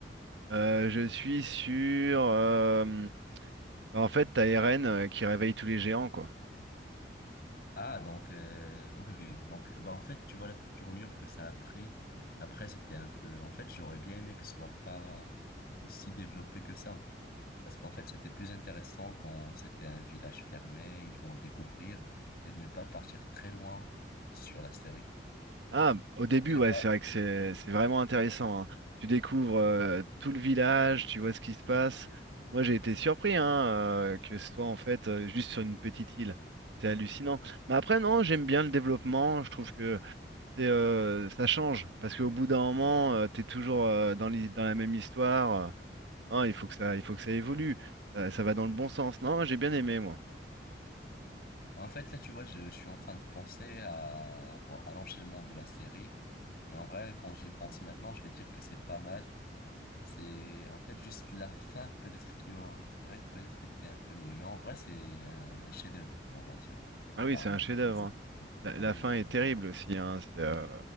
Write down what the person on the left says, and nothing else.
Ah, donc, euh, ok, ok. Donc, bah, en fait, tu vois la tournure que ça a pris. Après, c'était un peu. En fait, j'aurais bien aimé que ce soit pas aussi développé que ça. Parce qu'en fait, c'était plus intéressant quand c'était un village fermé, ils vont découvrir et de ne pas partir très loin sur la série.
J'ai
pas.
En fait, là, tu vois, je, je suis en train de penser à, à l'enchaînement de la série. Et en vrai, quand j'y pense maintenant, je vais dire que c'est pas mal. C'est en fait juste la fin peut-être qui aurait peut-être été un peu mieux. Mais en vrai, c'est un, un chef-d'œuvre, on va dire.
Parmi,
<laughs>
parmi
les
meilleurs.